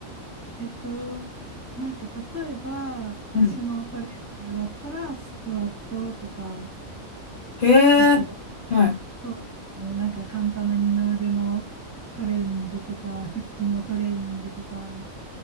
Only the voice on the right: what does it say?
えっと、なんか、例えば、足のトレーニングだったら、
スクワットとか、
あとは、
そうですね。なんか、簡単な二の腕のトレーニングとか、腹筋のトレーニングとか、